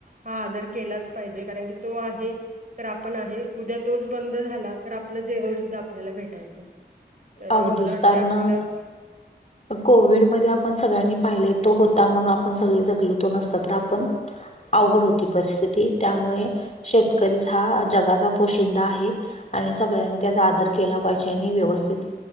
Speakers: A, on the right; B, on the left.
A: हा आदर केलाच पाहिजे कारण की तो आहे तर आपण आहे उद्या तोच बंद झाला तर आपलं जेवण सुद्धा आपल्याला भेटायचं तर
B: अगदीच
A: अ, मला वाटतं
B: कारणं
A: आपलं
B: कोविड म आपण सगळ्यांनी पाहिले तो होता म्हणून आपण सगळे जगलतो नसत तर आपण
A: ह
B: अवघड होती परिस्थिती त्यामुळे शेतकरीच हा जगाचा पोशिंदा आहे आणि सगळ्यांनी त्याचा आदर केला पाहिजे आणि व्यवस्थित